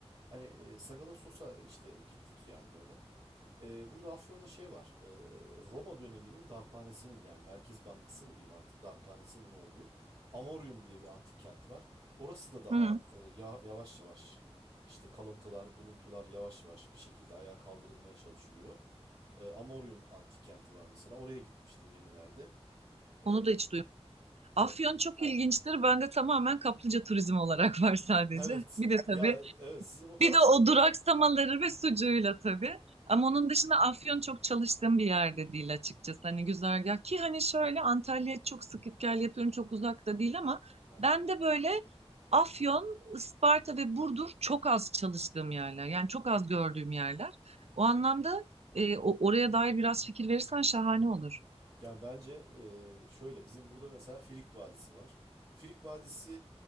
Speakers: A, on the right; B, on the right.
A: Hani e, Sagala Sos'a işte gittik yani böyle. Ee, burada Afyon'da şey var. ee, Roma döneminin darphanesinin yani Merkez Bankası mı diyeyim artık darphanesinin olduğu Amorium diye bir antik kent var. Orası da daha
B: Hı,
A: e, ya- yavaş yavaş işte kalıntılar, buluntular yavaş yavaş bir şekilde ayağa kaldırılmaya çalışılıyor. Ee, Amorium antik kenti var mesela. Oraya gitmiştim yenilerde. Ee,
B: onu da hiç duymadım. Afyon
A: evet.
B: çok ilginçtir. Bende tamamen kaplıca turizmi olarak <laughs> var sadece.
A: <laughs> Evet.
B: Bir de tabii
A: Ya evet sizin o taraflar
B: Bir de o duraksamaları ve sucuğuyla tabii. Ama onun dışında Afyon çok çalıştığım bir yerde değil açıkçası. Hani güzergah ki hani şöyle Antalya'ya çok sık gel yapıyorum çok uzakta değil ama
A: Aha.
B: ben de böyle Afyon, Isparta ve Burdur çok az çalıştığım yerler. Yani çok az gördüğüm yerler. O anlamda e, o- oraya dair biraz fikir verirsen şahane olur.
A: Yani bence e, şöyle bizim burada mesela Frig Vadisi var. Frig Vadisi